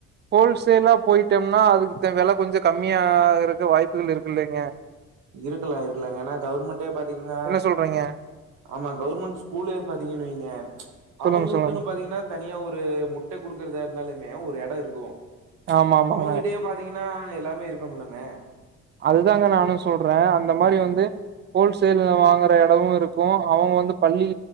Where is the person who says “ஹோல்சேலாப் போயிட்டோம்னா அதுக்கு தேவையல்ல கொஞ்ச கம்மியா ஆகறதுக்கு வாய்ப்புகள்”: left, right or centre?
Right